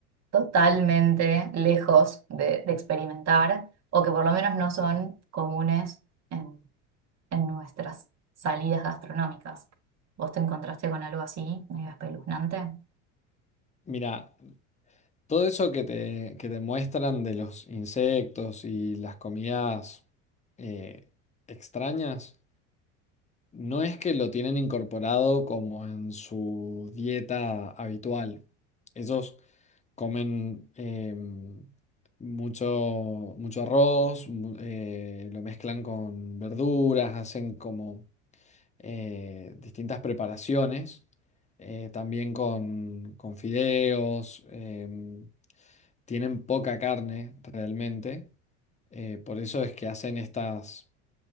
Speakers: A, on the right (about 45°); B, on the left (about 20°).
A: totalmente lejos de, de experimentar, o que por lo menos no son comunes en, en nuestras salidas gastronómicas. ¿Vos te encontraste con algo así, medio espeluznante? <laughs>
B: Mira. Todo eso que te, que te muestran de los insectos y las comidas eh, extrañas, no es que lo tienen incorporado como en su dieta habitual. Ellos comen em, mucho, mucho arroz, mu- eh, lo mezclan con verduras, hacen como eh, distintas preparaciones, eh, también con, con fideos. em, tienen poca carne realmente, eh, por eso es que hacen estas,